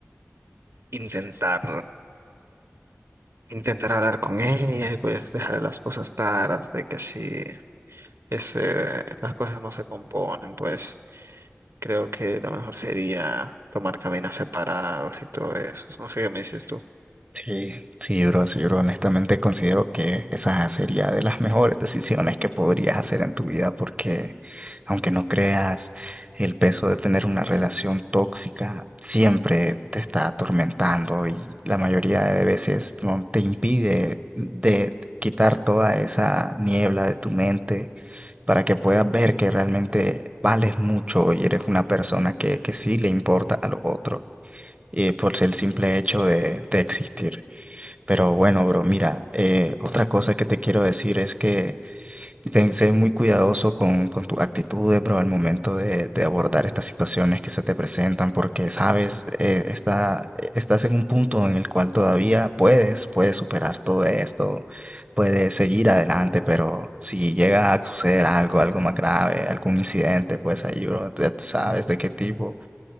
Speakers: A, on the right; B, on the right.
A: intentar, intentar hablar con ella y pues dejarle las cosas claras de que si ese, las cosas no se componen, pues creo que lo mejor sería tomar caminos separados y todo eso. No sé qué me dices tú.
B: Sí, sí, bro, sí, bro. Honestamente considero que esa sería de las mejores decisiones que podrías hacer en tu vida porque aunque no creas, el peso de tener una relación tóxica siempre te está atormentando y la mayoría de veces no te impide de quitar toda esa niebla de tu mente para que puedas ver que realmente vales mucho y eres una persona que, que sí le importa a los otros eh, por el simple hecho de de existir. Pero bueno, bro, mira, eh, otra cosa que te quiero decir es que ten, sé muy cuidadoso con, con tus actitudes, bro, al momento de, de abordar estas situaciones que se te presentan, porque, sabes, eh, está, eh, estás en un punto en el cual todavía puedes, puedes superar todo esto, puedes seguir adelante, pero si llega a suceder algo, algo más grave, algún incidente, pues ahí, bro, tú ya tú sabes de qué tipo